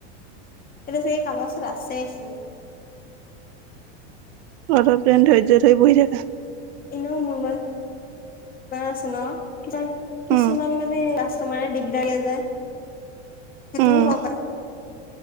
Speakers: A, on the left (about 25°); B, on the right (about 65°).
A: এতিয়া চাগে কাবা ওচৰত আছে চু
B: অলপ টাইম ধৈৰ্য ধৰি বহি থাক।
A: এনেও মুন আছে ন যেন কিছুমান
B: উম
A: মানে তাচত কিছমানে দিগদাৰিয়ে যে সেইটোও
B: উম
A: হব পায়।